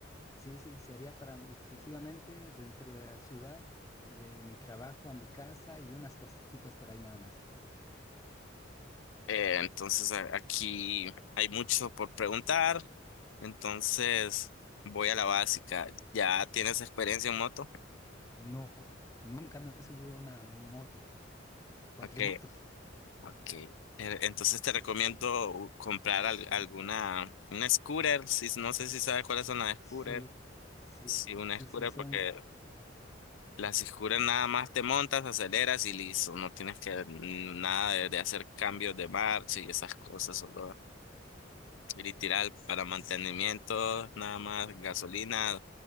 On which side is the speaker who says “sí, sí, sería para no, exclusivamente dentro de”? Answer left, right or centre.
Left